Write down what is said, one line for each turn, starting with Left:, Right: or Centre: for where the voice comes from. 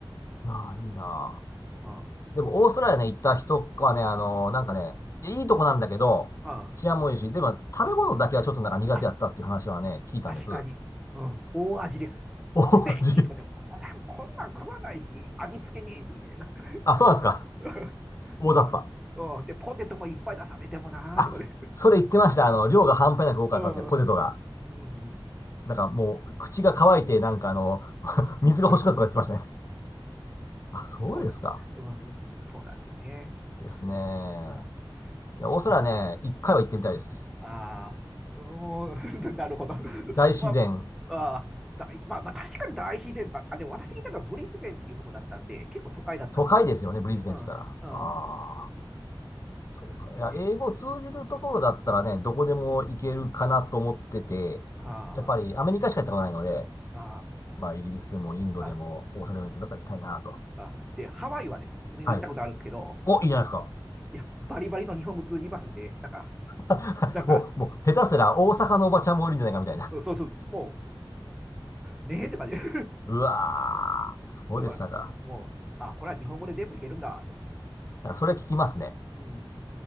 Left: あ。ああ、いいなあ。
Centre: う
Left: でも、オーストラリアね、行った人はね、あのなんかね、いいとこなんだけど、
Centre: ん
Left: 治安もいいし、でも、食べ物だけはちょっとなんか苦手やったっていう話はね、
Centre: あ、
Left: 聞いたんです。
Centre: 確かに。うん。大味です。
Left: 大味。
Centre: ステーキとかでも、もうなんこんなん食わないし、味付けねえし、みたいな。
Left: あ、そうなんですか。
Centre: <laughs> うん。
Left: 大雑把。
Centre: うん。で、ポテトもいっぱい出されてもなーとかね。
Left: あ、それ言ってました。あの、量が半端なく多かったって、
Centre: うん。
Left: ポテトが。
Centre: うん。
Left: なんかもう、口が乾いて、なんかあの、<laughs>
Centre: <laughs>
Left: 水が欲しかったとか言ってましたね。あ、そうですか。
Centre: そうです。うん。そうなんですよね。
Left: いいですね。
Centre: うん。ま
Left: いや、オーストラリアね、
Centre: あ
Left: 一回は行ってみたいです。
Centre: うんああ、もん <laughs> なるほど。<laughs>
Left: 大自然、
Centre: まあ、あー大、まあ、まあ、確かに大自然ば、あ、でも私がいたのはブリスベンっていうとこだったんで、結構都会だったんですよ。
Left: 都会ですよね、ブリズベンって言ったら。
Centre: うん、うん、
Left: ああ、
Centre: うん。
Left: そうか。
Centre: そうなんですよね。
Left: いや、英語通じるところだったらね、どこでも行けるかなと思ってて、
Centre: あ
Left: やっぱりアメリカしか行ったことないので、
Centre: あ、
Left: まあ、イギリスでもインドでもオーストラリアでもいいですけど、
Centre: ああ、あ
Left: どっか行きたいなと。
Centre: あ。で、ハワイはです。今行ったことあるんですけど、
Left: はい。お、いいじゃないですか。
Centre: いや、バリバリの日本語通じますんで、なんか、
Left: <laughs>
Centre: なんか、
Left: もう、もう、下手すら大阪のおばちゃんもいるんじゃないかみたいな。
Centre: うんそうそう、もう、ねえって感じ。<laughs>
Left: うわー、そうでしたか。
Centre: だから、もう、あ、これは日本語で全部いけるんだ、と思って。
Left: なんかそれ聞きますね。
Centre: うん。